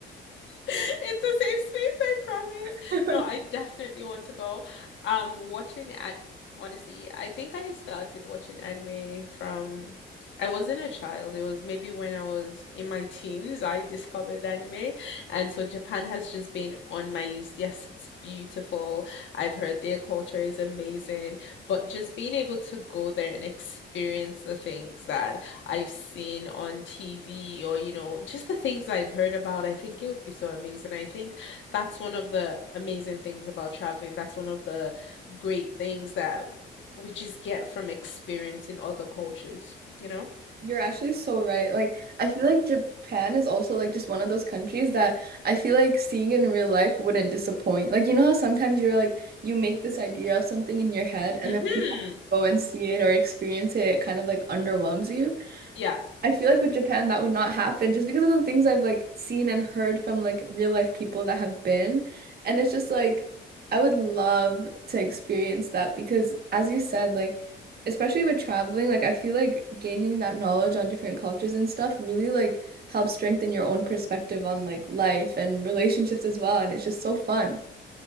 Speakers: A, on the left; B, on the right.
A: It's a safe space, I promise.
B: <laughs>
A: No, I definitely want to go. Um, watching at honestly, I think I started watching anime from I wasn't a child. It was maybe when I was in my teens I discovered anime, and so Japan has just been on my list. Yes, it's beautiful. I've heard their culture is amazing, but just being able to go there and experience the things that I've seen on TV or, you know, just the things I've heard about. I think it would be so amazing. I think that's one of the amazing things about traveling. That's one of the great things that we just get from experiencing other cultures, you know?
B: You're actually so right. Like, I feel like Japan is also like just one of those countries that I feel like seeing it in real life wouldn't disappoint. Like, you know how sometimes you're like you make this idea of something in your head and
A: hmm
B: then when you go and see it or experience it, it kind of like underwhelms you.
A: Yeah.
B: I feel like with Japan that would not happen just because of the things I've like seen and heard from like real life people that have been. And it's just like I would love to experience that because as you said, like especially with traveling, like I feel like gaining that knowledge on different cultures and stuff really like helps strengthen your own perspective on like life and relationships as well. And it's just so fun.